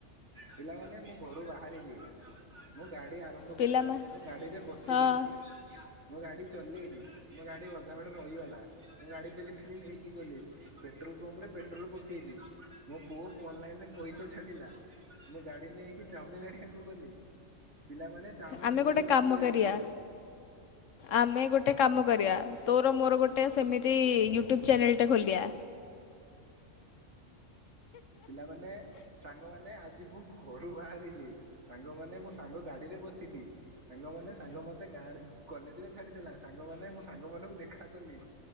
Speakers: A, on the right; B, on the left.
A: ପିଲାମାନେ ମୁଁ ଘରୁ ବାହାରିଲି ମୁଁ ଗାଡି ଆ ଆରମ୍ଭ
B: ପିଲାମା
A: କଲି ମୁଁ ଗାଡ଼ିରେ ବସିଲି।
B: ହଁ
A: ମୁଁ ଗାଡି ଚଲେଇଲି ମୋ ଗାଡି ଅଧା ବାଟରେ ରହିଗଲା ମୁଁ ଗାଡି ପେଲି ପେଲି ନେଇକି ଗଲି। ପେଟ୍ରୋଲ ପମ୍ପ ରେ ପେଟ୍ରୋଲ ପକେଇଲି ମୋ ପୁଅ ଅନଲାଇନ ରେ ପଇସା ଛାଡିଲା। ମୁଁ ଗାଡି ନେଇକି ଚାଉମିନ ଆଣିବାକୁ ଗଲି। ପିଲାମାନେ ଚାଉମିନ
B: ଆମେ
A: ବହୁତ
B: ଗୋଟେ
A: ସୁଆଦ
B: କାମ
A: ହେଇଛି।
B: କରିବା ଆମେ ଗୋଟେ କାମ କରିବା ତୋର ମୋର ଗୋଟେ ଗୋଟେ ସେମିତି ୟୁଟ୍ୟୁବ ଚ୍ୟାନେଲ ଟା ଖୋଲିବା?
A: ମାନେ ସାଙ୍ଗ ମାନେ ଆଜି ମୁଁ ଘରୁ ବାହାରିଲି ସାଙ୍ଗମାନେ ମୋ ସାଙ୍ଗ ଗାଡିରେ ବସିଲି ସାଙ୍ଗମାନେ ସାଙ୍ଗ ମା ମତେ ଗାଁରେ କଲେଜ ରେ ଛାଡିଦେଲା ସାଙ୍ଗମାନେ ମୁଁ ସାଙ୍ଗ ମାନଙ୍କୁ ଦେଖା କଲି